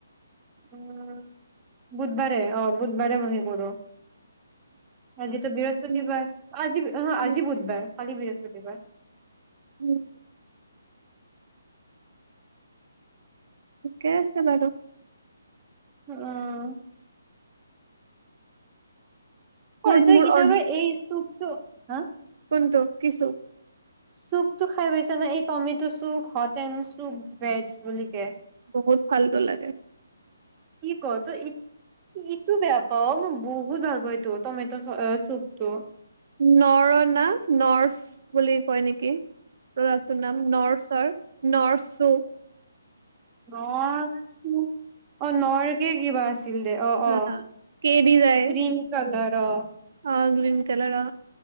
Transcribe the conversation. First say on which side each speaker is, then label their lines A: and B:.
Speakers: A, on the right (about 20°); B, on the right (about 50°).
A: উম বুধবাৰে অ বুধবাৰে মই সেই কৰো। আজিতো বৃহস্পতিবাৰে
B: উম
A: আজি অ' আজি
B: উম
A: বুধবাৰ কালি বৃহস্পতিবাৰ
B: উম ঠিকে আছে বাৰু
A: উমমম!
B: মোৰ
A: অই তই
B: মোৰ
A: কিতাবা
B: অৰ্ডাৰ
A: এই চুপ তু হা
B: কোনটো কিছু
A: চুপটো খাই পাইছা না? এই tomato soup hot and soup veg বুলি ক
B: বহুত ফাল্টু লাগে।
A: কি ক তই ই ইটো বেয়া পাৱ? মই বহুত ভাল পাওঁ এইটো টমেট চ অ চুপটো
B: নৰ না নৰ্ছ বুলি কয় নেকি প্ৰডাকটোৰ নাম নৰচাৰ নৰচু
A: নৰ চু অ নৰকে কিবা আছে দে অ
B: হা
A: অ
B: কে দি যায়
A: গ্ৰীন কালাৰ ৰ
B: অ গ্ৰীন কালাৰ অ